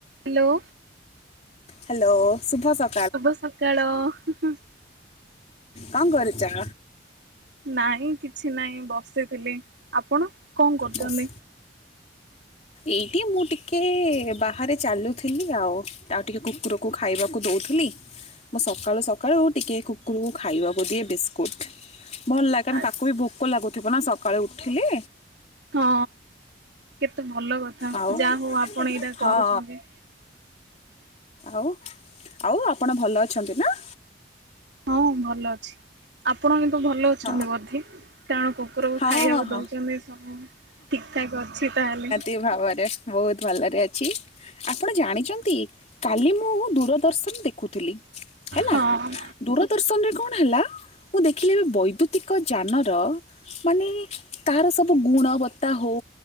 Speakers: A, on the right; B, on the left.
A: Hello.
B: Hello ଶୁଭ ସ
A: ଶୁଭ ସକାଳ ହୁଁ ହୁଁ।
B: କଣ କରୁଛ?
A: ନାଇଁ କିଛି ନାହିଁ ବସିଥିଲି ଆପଣ କଣ କରୁଛନ୍ତି?
B: ବସ୍ ଏଇଠି ମୁଁ ଟିକେ ବାହାରେ ଚାଲୁଥିଲି ଆଉ ଆଉ ଟିକେ କୁକୁରକୁ ଖାଇବାକୁ ଦଉଥିଲି। ମୁଁ ସକାଳୁ ସକାଳୁ ଟିକେ କୁକୁରକୁ ଖାଇବାକୁ ଦିଏ ବିସ୍ ସ୍କୁଟ୍ ଭଲ ଲାଗେ କାହିଁକି ନା
A: ଆଚ୍ଛା
B: ତାକୁ ବି ଭୋକ ଲାଗୁଥିବ ନା ସକାଳୁ ଉଠିଲେ।
A: ହଁ କେତେ ଭଲ କଥା
B: ଆଉ
A: ଯାହା ହଉ ଆପଣ ଏଇଟା
B: ହଁ
A: କରୁଛନ୍ତି।
B: ଆଉ ଆଉ ଆପଣ ଭଲ ଅଛନ୍ତି ନାଁ?
A: ହଁ ଭଲ ଅଛି। ଆପଣ କିନ୍ତୁ ଭଲ ଅଛନ୍ତି
B: ହଁ
A: ବୋଧେ କାରଣ କୁକୁରକୁ
B: ହଁ
A: ଖାଇବାକୁ
B: ହଁ ହଁ
A: ଦଉଛନ୍ତି ସବୁ। ଠିକ୍ ଠାକ୍ ଅଛି ତାହେଲେ।
B: ସେଇ ଭାବରେ। ମୁଁ ବହୁତ ଭଲରେ ଅଛି। ଆପଣ ଜାଣିଛନ୍ତି କାଲି ମୁଁ ଦୂରଦର୍ଶନ ଦେଖୁଥିଲି ହେଲା
A: ହଁ ହଁ
B: ଦୂରଦର୍ଶନରେ କଣ ହେଲା ମୁଁ ଦେଖିଲି ଏବେ ବୈଦ୍ୟୁତିକ ଯାନର ମାନେ ତାର ସବୁ ଗୁଣବତ୍ତା ହଉ